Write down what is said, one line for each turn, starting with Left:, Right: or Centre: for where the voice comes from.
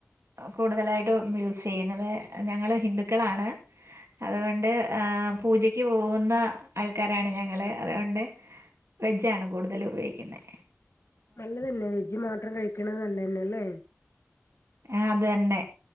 Right: കൂടുതലായിട്ടു യൂസെയ്യുന്നത് ഞങ്ങള് ഹിന്ദുക്കളാണ് അതുകൊണ്ട് ആഹ് പൂജക്ക് പോവുന്ന അൾ ക്കാരാണ് ഞങ്ങള് അതുകൊണ്ട് വെജാണ് കൂടുതലുപയോഗിക്കുന്നേ
Left: നല്ലതന്നെ വെജ് മാത്രം കഴിക്കണത് നല്ലതന്നെല്ലേ
Right: ആഹ് അത് തന്നെ